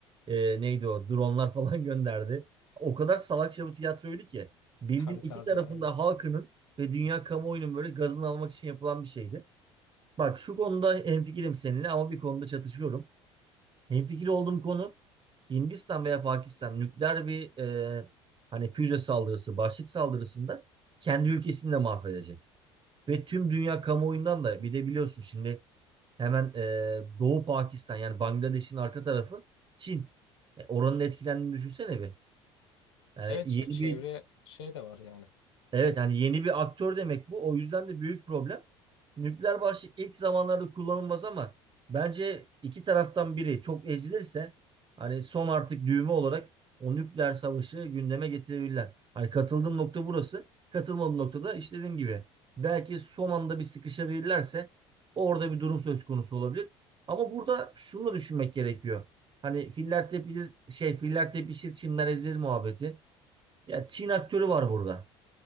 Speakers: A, on the right; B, on the left.
A: e, neydi o? Dronlar falan <laughs> gönderdi. O kadar salakça bir tiyatroydu ki. Bildiğin
B: kamikazeler
A: iki tarafında
B: aynen
A: halkının ve dünya kamuoyunun böyle gazını almak için yapılan bir şeydi. Bak şu konuda hemfikirim seninle ama bir konuda çatışıyorum. Hemfikir olduğum konu Hindistan veya Pakistan nükleer bir e, hani füze saldırısı, başlık saldırısında kendi ülkesini de mahvedecek. Ve tüm dünya kamuoyundan da bir de biliyorsun şimdi hemen e, Doğu Pakistan yani Bangladeş'in arka tarafı Çin. E, oranın etkilendiğini düşünsene bir. Yani
B: evet
A: yeni
B: işte çevre
A: bir
B: şey de var yani
A: Evet hani yeni bir aktör demek bu. O yüzden de büyük problem. Nükleer başlık ilk zamanlarda kullanılmaz ama bence iki taraftan biri çok ezilirse hani son artık düğme olarak o nükleer savaşı gündeme getirebilirler. Hani katıldığım nokta burası. Katılmadığım noktada işte dediğim gibi belki son anda bir sıkışabilirlerse orada bir durum söz konusu olabilir. Ama burada şunu da düşünmek gerekiyor. Hani filler tepilir şey filler tepişir çimler ezilir muhabbeti. Ya Çin aktörü var burada.